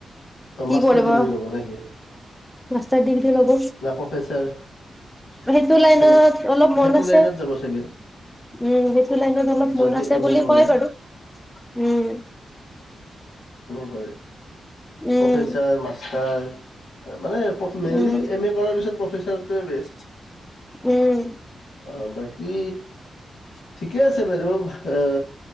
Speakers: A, on the left; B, in the centre.
A: মাষ্টাৰ
B: কি কৰিব
A: ডিগ্ৰী
B: অ
A: ল'ব নেকি
B: মাষ্টাৰ ডিগ্ৰী ল'ব
A: না প্ৰফেচাৰ
B: সেইটো লাইনত
A: সেনে
B: অলপ মন
A: সেইটো
B: আছে
A: লাইনত যাব চাগে
B: উম সেইটো লাইনত অলপ
A: যদি
B: মন আছে
A: এম
B: বুলি
A: এ কৰে
B: কয় বাৰু উম।
A: হয়।
B: উম
A: প্ৰফেচাৰ মাষ্টাৰ। অ। মানে মেইনলি।
B: উম
A: কৰাৰ পাছত প্ৰফেছাৰটোৱে বেষ্ট।
B: উম।
A: অ বাকী ঠিকে আছে বাইদেউ এ